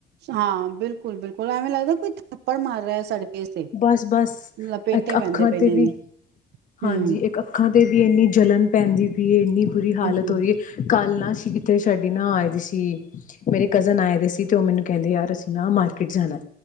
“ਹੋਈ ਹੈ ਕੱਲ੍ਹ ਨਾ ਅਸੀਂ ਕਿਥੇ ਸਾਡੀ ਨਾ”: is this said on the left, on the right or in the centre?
Left